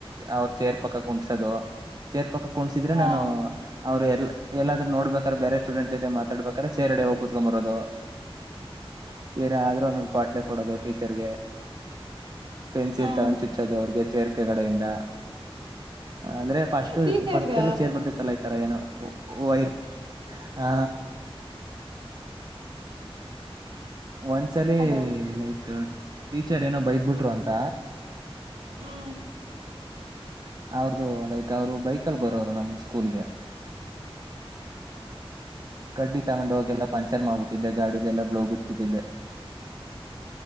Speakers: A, on the right; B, on the right.
A: ಅವ್ರ ಚೇರ್ ಪಕ್ಕಕ್ ಕುಣ್ಸೋದು ಚೇರ್ ಪಕ್ಕ ಕೊಂಡ್ಸಿದ್ರೆ
B: ಹಾ
A: ನಾನು ಅವರು. ಏನಾದ್ರೂ ನೋಡ್ಬೇಕಾದ್ರ ಬೇರೆ ಸ್ಟೂಡೆಂಟ್ೊತೆತಡ್ಬೇಕಾದ್ರ ಚೇರ್ಡೆ ಹೋಗ ಕೂತ್ಕೊಂಬರೋದು. ಏನಾದ್ರೂ ಒನ್ ಕೊಟ್ಲೆ ಕೊಡೋದು ಟೀಚರ್ಗೆ. ಪೆನ್ಸಿಲ್
B: ಹ್ಮ್
A: ತಗೊಂಡು ಚುಚ್ಚೋದು ಅವ್ರಿಗೆ ಚೇರ್ಕೆ ಕಡೆಯಿಂದ. ಅಂದ್ರೆ ಫಸ್ಟ್
B: ಟೀಚರ್ಗ
A: ಫಸ್ಟ್ ಎಲ್ಲ ಚೇರ್ ಬರ್ತಿತ್ತಲ್ಲ. ತರ ಏನೋ <unintelligible> ಹಾ. ಒನ್ಸಲ್ಲಿ
B: ಹಲೋ
A: ಲೈಕ್. ಟಿಚರ್ ಏನೋ ಬೈದ ಬಿಟ್ರು
B: ಹ್ಮ್
A: ಅಂತ.
B: ಹ್ಮ್
A: ಅವ್ರದುು ಲೈಕ್ ಅವರು ಬೈಕಲ್ಲಿ ಬರೋರು ನಮ ಸ್ಕೂಲ್ಗೆ. ಕಡ್ಡಿ ತಗೊಂಡ ಹೋಗೆಲ್ಲ ಪಂಚರ್ ಮಾಡ್ಬಿಟ್ಟಿದ್ದೆ. ಗಾಡಿದ ಎಲ್ಲ ಬ್ಲೂ ಬುಟ್ಬುಟಿದ್ದೆ.